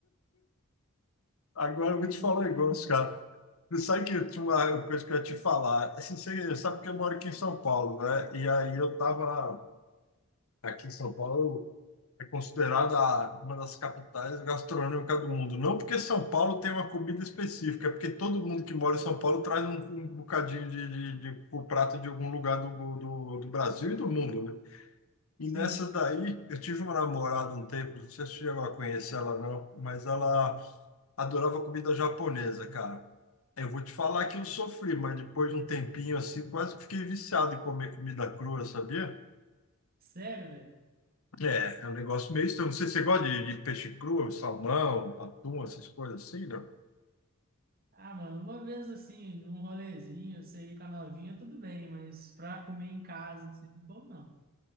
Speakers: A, on the left; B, on the right.
A: agora
B: É
A: eu
B: complicado,
A: vou te falar um negócio,
B: mano.
A: cara. Você sabe que eu tinha uma coisa que eu ia te falar. Assim, você sabe que eu moro aqui em São Paulo, né? E aí eu tava aqui em São Paulo, é considerada a- uma das capitais gastronômicas do mundo. Não porque São Paulo tem uma comida específica, é porque todo mundo que mora em São Paulo traz um, um bocadinho de, de, de- o prato de algum lugar do, do, do Brasil e do mundo, né? E
B: Sim,
A: nessa daí, eu tive uma namorada um tempo, não sei se você chegou a conhecer ela não, mas ela adorava comida japonesa, cara. Eu vou te falar que eu sofri, mas depois de um tempinho assim, quase que fiquei viciado em comer comida crua, sabia?
B: sério, velho.
A: É, é um negócio meio estranho. Não sei se você gosta de, de peixe cru, salmão, atum, essas coisas assim, né?
B: Ah, mano, uma vez assim, num rolezinho, você ir com a novinha, tudo bem, mas pra comer em casa, assim, pô, não.